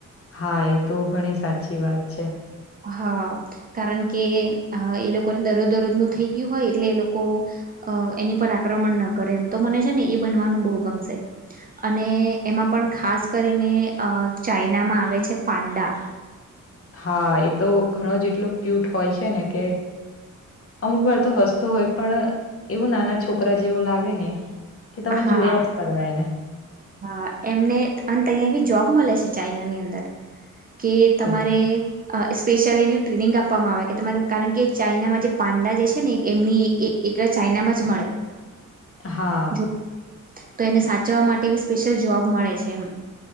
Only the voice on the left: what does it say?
હા એ તો ઘણી સાચી વાત છે
હા એ તો ઘણો જ એટલો ક્યુટ હોય છે ને કે અમુક વાર તો હસતો હોય પણ એવું નાના છોકરા જેવો લાગે ને કે તમે
જોયા જ કરો એને
ઓહો!
હા